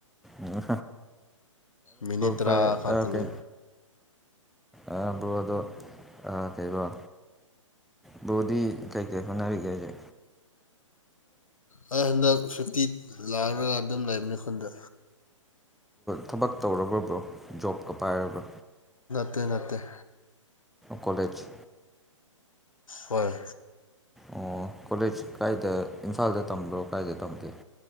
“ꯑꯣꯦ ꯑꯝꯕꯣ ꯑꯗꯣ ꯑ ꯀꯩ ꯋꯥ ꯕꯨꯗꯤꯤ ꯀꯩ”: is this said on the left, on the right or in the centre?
Centre